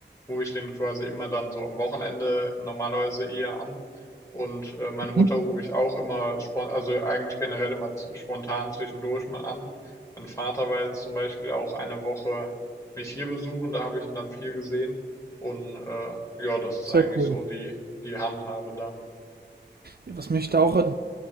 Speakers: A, on the left; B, on the right.
A: rufe ich den quasi immer dann so am Wochenende normalerweise eher an. Und äh, meine Mutter
B: Mhm.
A: rufe ich auch immer spon also eigentlich generell immer z- spontan zwischendurch mal an. Mein Vater war jetzt zum Beispiel auch eine Woche mich hier besuchen, da habe ich ihn dann viel gesehen. Und äh, ja, das ist
B: Sehr
A: eigentlich
B: cool.
A: so die, die Handhabe da.
B: Ja, was mich da auch äh,